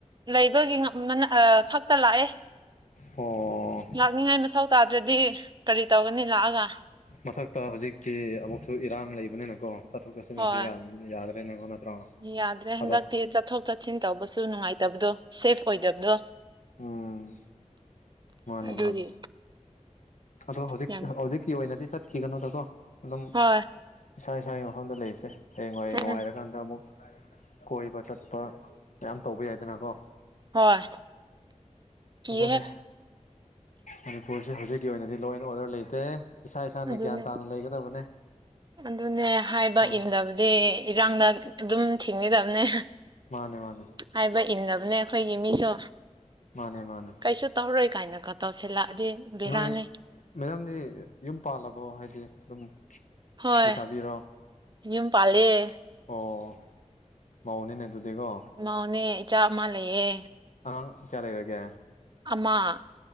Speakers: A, on the right (about 35°); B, on the left (about 70°).
A: ꯂꯩꯕꯒꯤ ꯈꯛꯇ ꯂꯥꯛꯑꯦ
B: ꯑꯣ
A: ꯂꯥꯛꯅꯤꯡꯉꯥꯏ ꯃꯊꯧ ꯇꯥꯗ꯭ꯔꯥꯗꯤ ꯀꯔꯤ ꯇꯧꯒꯅꯤ ꯂꯥꯛꯑꯒ
B: ꯃꯊꯛꯇ ꯍꯧꯖꯤꯛꯇꯤ ꯑꯃꯨꯛꯁꯨ ꯏꯔꯥꯡ ꯂꯩꯕꯅꯤꯅꯀꯣ ꯆꯠꯊꯣꯛ ꯆꯠꯁꯤꯟꯁꯤ
A: ꯍꯣꯏ
B: ꯌꯥꯝ ꯌꯥꯗ꯭ꯔꯦ ꯅꯦꯀꯣ ꯅꯠꯇ꯭ꯔꯣ
A: ꯌꯥꯗ꯭ꯔꯦ
B: ꯊꯕꯛ
A: ꯍꯟꯗꯛꯇꯤ ꯆꯠꯊꯣꯛ ꯆꯠꯁꯤꯟ ꯇꯧꯕꯁꯨ ꯅꯨꯡꯉꯥꯏꯇꯕꯗꯣ ꯁꯦꯐ ꯑꯣꯏꯗꯕꯗꯣ
B: ꯎꯝ ꯃꯥꯅꯦ
A: ꯑꯗꯨꯒꯤ
B: ꯃꯥꯅꯦ ꯑꯗꯣ ꯍꯧꯖꯤꯛ
A: ꯌꯥꯝ
B: ꯍꯧꯖꯤꯛꯀꯤ ꯑꯣꯏꯅꯗꯤ ꯆꯠꯈꯤꯒꯅꯨꯗꯀꯣ ꯑꯗꯨꯝ
A: ꯍꯣꯏ
B: ꯏꯁꯥ ꯏꯁꯥꯒꯤ ꯃꯐꯝꯗ ꯂꯩꯔꯤꯁꯦ ꯍꯌꯦꯡꯋꯥꯏ
A: ꯎꯝ
B: ꯅꯨꯡꯉꯥꯏꯔꯛ ꯀꯥꯟꯗ ꯑꯃꯨꯛ ꯀꯣꯏꯕ ꯆꯠꯄ ꯃꯌꯥꯝ ꯇꯧꯕ ꯌꯥꯏꯗꯅꯀꯣ
A: ꯍꯣꯏ ꯀꯤꯍꯦ
B: ꯑꯗꯨꯅꯦ ꯃꯅꯤꯄꯨꯔꯁꯦ ꯍꯧꯖꯤꯛ ꯒꯤ ꯑꯣꯏꯅꯗꯤ ꯂꯣ ꯑꯦꯟ ꯑꯣꯔꯗ꯭ꯔ ꯂꯩꯇꯦ ꯏꯁꯥ ꯏꯁꯥꯅ
A: ꯑꯗꯨꯅꯦ
B: ꯒ꯭ꯌꯥꯟ ꯇꯥꯅ ꯂꯩꯒꯗꯕꯅꯦ
A: ꯑꯗꯨꯅꯦ ꯍꯥꯏꯕ
B: ꯃꯥꯅꯦ
A: ꯏꯟꯗꯕ ꯗꯦ ꯏꯔꯥꯡꯗ ꯑꯗꯨꯝ ꯊꯤꯡꯒꯥꯗꯕꯅꯦ
B: ꯃꯥꯅꯦ ꯃꯥꯅꯦ
A: ꯍꯥꯏꯕ ꯏꯟꯅꯕꯅꯦ ꯑꯩꯈꯣꯏꯒꯤ ꯃꯤꯁꯨ
B: ꯃꯥꯅꯦ ꯃꯥꯅꯦ
A: ꯀꯩꯁꯨ ꯇꯧꯔꯣꯏ ꯀꯥꯏꯅꯒ ꯇꯧꯁꯤꯜꯂꯛꯑꯗꯤ ꯕꯦꯔꯥꯅꯤ
B: ꯅꯣꯏ ꯃꯦꯗꯥꯝꯗꯤ ꯌꯨꯝ ꯄꯥꯜꯂꯕꯣ ꯍꯥꯏꯗꯤ ꯑꯗꯨꯝ
A: ꯍꯣꯏ
B: ꯂꯩꯁꯥꯕꯤꯔꯣ
A: ꯌꯨꯝ ꯄꯥꯜꯂꯦ
B: ꯑꯣ ꯃꯧꯅꯤꯅꯦ ꯑꯗꯨꯗꯤꯀꯣ
A: ꯃꯥꯎꯅꯦ ꯏꯆꯥ ꯑꯃ ꯂꯩꯌꯦ
B: ꯑꯉꯥꯡ ꯀ꯭ꯌꯥ ꯂꯩꯔꯥꯒꯦ
A: ꯑꯃ